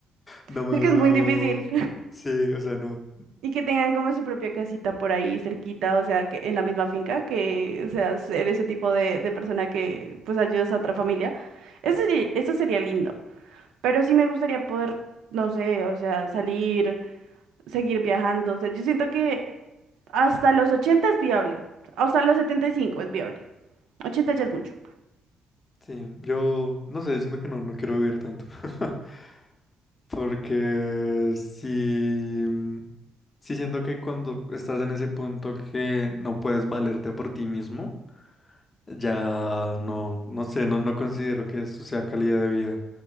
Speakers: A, on the right; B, on the left.
A: <laughs>
B: no me
A: sé que
B: veo,
A: es muy difícil.
B: sí, o sea, no.
A: Y que tengan como su propia casita por ahí cerquita, o sea, que en la misma finca, que, o sea, ser ese tipo de, de persona que pues ayudas a otra familia. Eso sería, eso sería lindo. Pero sí me gustaría poder, no sé, o sea, salir, seguir viajando. O sea, yo siento que hasta los 80 es viable. Hasta los 75 es viable. ochenta ya es mucho.
B: Sí, yo no sé, siento que no, no quiero vivir tanto. <laughs> Porque sí, mm, sí siento que cuando estás en ese punto que no puedes valerte por ti mismo, ya no, no sé, no, no considero que eso sea calidad de vida.